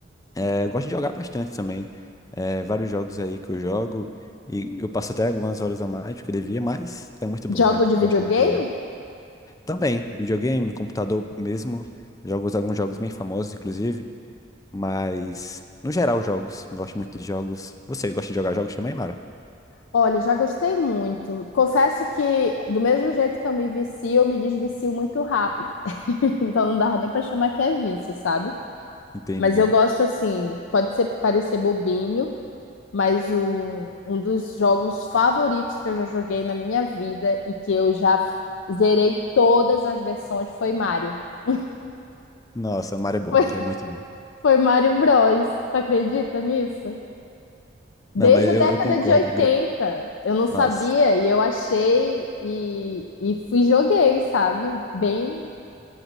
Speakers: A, on the left (about 20°); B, on the left (about 85°).
A: é, gosto de jogar bastante também. É, vários jogos aí que eu jogo. E eu passo até algumas horas a mais do que devia, mas é muito bom.
B: Jogo
A: Eu gosto
B: de videogame?
A: muito de jogar. Também, videogame, no computador mesmo. Jogo alguns jogos bem famosos, inclusive. Mas, no geral, jogos. Gosto muito de jogos. Você gosta de jogar jogos também, Mara?
B: Olha, já gostei muito. Confesso que do mesmo jeito que eu me vicio, eu me desvicio muito rápido. <laughs> Então não dava nem pra chamar que é vício, sabe?
A: Entendi.
B: Mas eu gosto assim, pode ser parecer bobinho, Mas o- um dos jogos favoritos que eu já joguei na minha vida e que eu já f- zerei todas as versões foi Mario. <laughs>
A: Nossa, Mara é bom.
B: Foi,
A: Mara é muito bom.
B: foi Mario Bros. Tu acredita nisso?
A: Não,
B: Desde
A: mas
B: a
A: eu,
B: década
A: eu concordo.
B: de 80
A: gra-
B: eu não sabia
A: Nossa.
B: e eu achei e, e fui e joguei, sabe? Bem,